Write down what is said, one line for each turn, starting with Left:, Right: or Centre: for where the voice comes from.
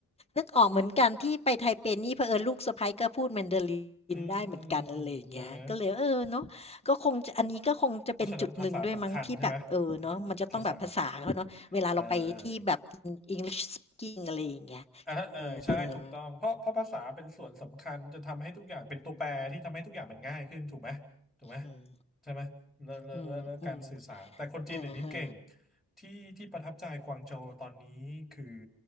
Left: นึกออกเหมือนกันที่ไปไทเปนี่เผอิญลูกสะใภ้ก็พูดแมนดาลินได้เหมือนกันอะไรอย่างเงี้ยก็เลยเออเนาะก็คงจะอันนี้ก็คงจะเป็นจุดหนึ่งด้วยมั้งที่แบบเออเนาะมันจะต้องแบบภาษาเขาเนาะเวลาเราไปที่แบบอ
Centre: อืมใช่ไหมเพราะฉะนั้นภาษาสำคัญใช่ไหมอืมภาษาใช่
Left: English speaking อะไรอย่างเงี้ย
Centre: อ่าเออใช่ถูกต้องเพราะเพราะภาษาเป็นส่วนสำคัญจะทำให้ทุกอย่างเป็นตัวแปรที่ทำให้ทุกอย่างมันง่ายขึ้นถูกไหม
Left: เออเึอ
Centre: ถูกไหม
Left: อืม
Centre: ใช่ไหมแล้วแล้วแล้วแล้วการสื่อสารแต่คนจีนเดี๋ยวนี้เก่ง
Left: อืมอืมเออฮะ
Centre: ที่ที่ประทับใจกวางโจวตอนนี้คือ